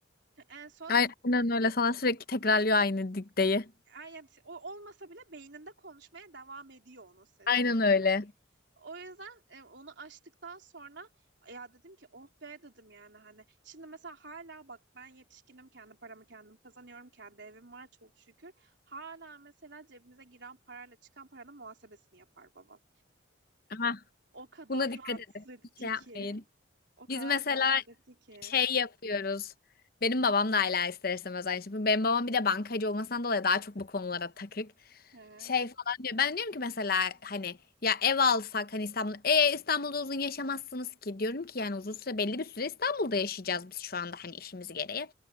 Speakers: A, on the right; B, on the left.
A: En son
B: Aynen öyle. Sana sürekli tekrarlıyor aynı dikteyi.
A: ay yani o olmasa bile beyninde konuşmaya devam ediyor onun sesi
B: Aynen
A: yani.
B: öyle.
A: O yüzden e, onu açtıktan sonra ya dedim ki oh be dedim yani hani. Şimdi mesela hala bak ben yetişkinim kendi paramı kendim kazanıyorum. Kendi evim var çok şükür. Hala mesela cebimize giren parayla çıkan paranın muhasebesini yapar babam.
B: Aha.
A: O kadar
B: Buna dikkat
A: rahatsız
B: edin.
A: edici.
B: Hiç Şey yapmayın.
A: O kadar
B: Biz mesela
A: ki.
B: şey yapıyoruz. Benim babam da hala ister istemez aynı şey. yapıyor. Benim babam bir de bankacı olmasından dolayı daha çok bu konulara takık.
A: He.
B: Şey falan diyor. Ben diyorum ki mesela hani ya ev alsak hani İstanbul e İstanbul'da uzun yaşamazsınız ki diyorum ki yani uzun süre belli bir süre İstanbul'da yaşayacağız biz şu anda hani işimiz gereği.